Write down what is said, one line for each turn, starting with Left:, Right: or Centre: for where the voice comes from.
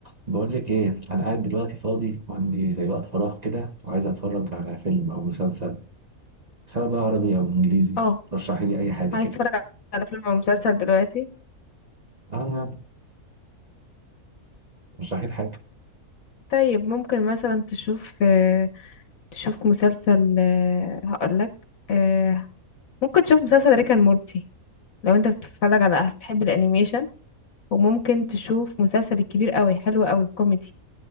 Right: بقول لك ايه انا قاعد دلوقتي فاضي وعندي زي وقت فراغ كده وعايز اتفرج على فيلم او مسلسل سواء بقى عربي او انجليزي
Left: اه
Right: رشحي لي اي حاجه
Left: عايز
Right: كده
Left: اتفرج على فيلم او مسلسل دلوقتي
Right: اه يعني رشحي لي حاجه
Left: طيب ممكن مثلا تشوف آه، تشوف مسلسل آه، هقولك آه، ممكن تشوف مسلسل ريك اند مورتي لو انت بتتفرج على بتحب الانيميشن وممكن تشوف مسلسل الكبير قوي حلو قوي كوميدي